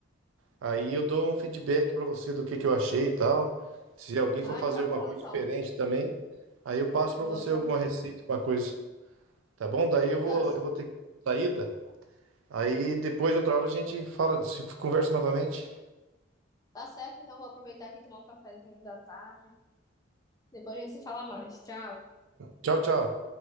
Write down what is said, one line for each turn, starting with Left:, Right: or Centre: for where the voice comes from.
Right: Aí eu dou um feedback para você do que que eu achei e tal. Se alguém
Left: ai,
Right: for fazer
Left: tá
Right: alguma
Left: bom,
Right: coisa
Left: então.
Right: diferente também, aí eu passo
Left: Vou
Right: para você
Left: aproveitar.
Right: alguma receita, alguma coisa, tá bom? Daí eu vou,
Left: Tá
Right: eu vou ter que saída. Aí depois outra hora a gente fala, se conversa novamente.
Left: tá certo, então vou aproveitar aqui e tomar um cafezinho da tarde. Depois a gente se fala mais. Tchau.
Right: Tchau, tchau.